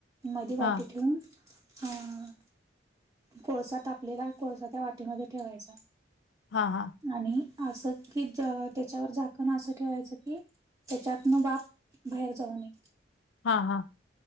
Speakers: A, on the right; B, on the left.
A: मध
B: हां,
A: वाटे ठेून हा कोळसा तापलेला कोळसा त्या वाटीमध्ये ठेवायचा
B: हा हा
A: आणि असं की त्याच्यावर झाकण ठेवाच की त्याच्यात बाप बाहेर जाऊ नय
B: हा हा